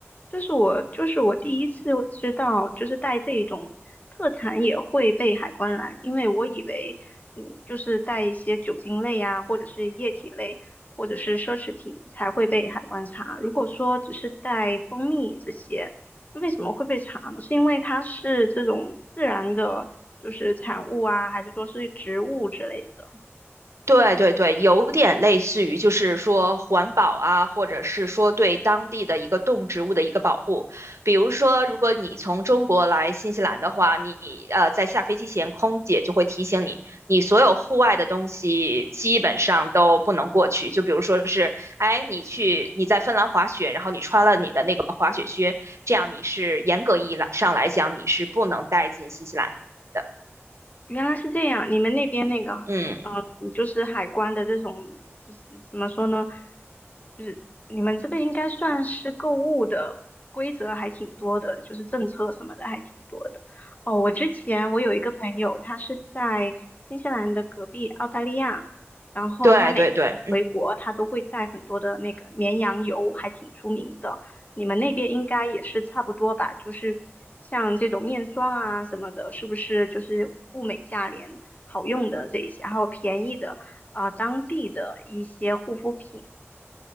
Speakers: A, on the left (about 35°); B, on the right (about 75°).
A: 这是我就是我第一次知道，就是带这种特产也会被海关拦，因为我以为你就是带一些酒精类啊，或者是液体类，或者是奢侈品才会被海关查。如果说只是带蜂蜜这些，为什么会被查呢？是因为它是这种自然的，就是产物啊，还是说是植物之类的？
B: 对对对，有点类似于就是说环保啊，或者是说对当地的一个动植物的一个保护。比如说，如果你从中国来新西兰的话，你呃在下飞机前，空姐就会提醒你，你所有户外的东西基本上都不能过去。就比如说是，哎，你去你在芬兰滑雪，然后你穿了你的那个滑雪靴，这样你是严格意义上来讲你是不能带进新西兰的。
A: 原来是这样，你们那边那个，
B: 嗯，
A: 嗯，就是海关的这种，就是怎么说呢，就是你们这个应该算是购物的规则还挺多的，就是政策什么的还挺多的。哦，我之前我有一个朋友，他是在新西兰的隔壁澳大利亚，然后他每次回国他都会带很多的那个绵羊油，
B: 对对对对。
A: 还挺出名的。你们那边应该也是差不多吧？就是像这种面霜啊什么的，是不是就是物美价廉、好用的这一些，还有便宜的啊、呃当地的一些护肤品